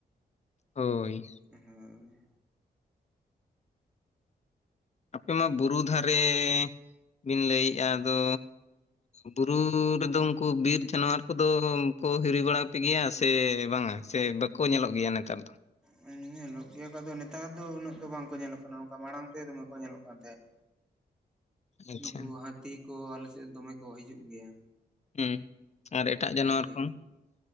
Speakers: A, on the left (about 40°); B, in the centre.
A: ᱦᱳᱭ᱾
B: ᱦᱳᱭ,
A: ᱟᱯᱮ ᱢᱟ ᱵᱩᱨᱩ ᱫᱷᱟᱨᱮ ᱵᱤᱱ ᱞᱟᱹᱭ ᱮᱭᱼᱟ ᱟᱫᱚ ᱵᱩᱨᱩ ᱨᱮᱫᱚ ᱩᱱᱠᱩ ᱵᱤᱨ ᱡᱟᱱᱣᱟᱨ ᱠᱚᱫᱚ ᱠᱚ ᱦᱤᱨᱤ ᱵᱟᱲᱟ ᱯᱮ ᱜᱮᱭᱟ ᱥᱮ ᱵᱟᱝ-ᱟ? ᱥᱮ ᱵᱟᱠᱚ ᱧᱮᱞᱚᱜ ᱜᱮᱭᱟ ᱱᱮᱛᱟᱨ ᱫᱚ?
B: ᱦᱮ ᱧᱮᱞᱚᱜ ᱜᱮᱭᱟ ᱠᱚ ᱟᱫᱚ ᱱᱮᱛᱟᱨ ᱫᱚ ᱩᱱᱟᱹᱜ ᱫᱚ ᱵᱟᱝᱠᱚ ᱧᱮᱞᱚᱜ ᱠᱟᱱᱟ ᱚᱱᱠᱟ ᱢᱟᱲᱟᱝ ᱛᱮ ᱫᱚᱢᱮ ᱠᱚ ᱧᱮᱞᱚᱜ ᱠᱟᱱ ᱛᱟᱦᱮᱸᱫ
A: ᱟᱪᱪᱷᱟ
B: ᱱᱩᱠᱩ ᱦᱟᱹᱛᱤ ᱠᱚ ᱟᱞᱮ ᱥᱮᱫ ᱫᱚᱢᱮ ᱠᱚ ᱦᱤᱡᱩᱜ ᱜᱮᱭᱟ
A: ᱦᱮᱸ ᱟᱨ ᱮᱴᱟᱜ ᱡᱟᱱᱣᱟᱨ
B: ᱦᱟᱹᱛᱤ
A: ᱠᱷᱚᱱ
B: ᱠᱚ